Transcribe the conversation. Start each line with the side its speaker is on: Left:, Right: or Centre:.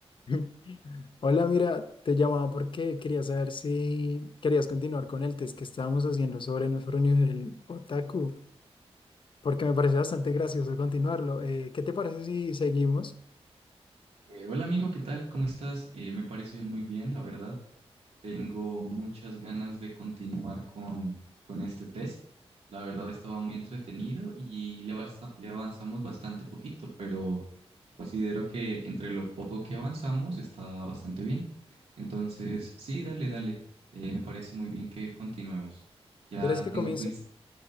Left: <laughs> Hola, mira, te llamaba porque quería saber si querías continuar con el test que estábamos haciendo sobre nuestro nivel otaku, porque me parece bastante gracioso continuarlo. Eh, ¿qué te parece si seguimos?
Right: Eh, hola amigo, ¿qué tal? ¿Cómo estás? Eh, me parece muy bien, la verdad. Tengo muchas ganas de continuar con, con este test. La verdad estaba muy entretenido y le, avanza- le avanzamos bastante poquito, pero considero que entre lo poco que avanzamos está bastante bien. Entonces, sí, dale, dale. Eh, me parece muy bien que continuemos. Ya
Left: ¿Quieres que
Right: tengo
Left: comience?
Right: el quiz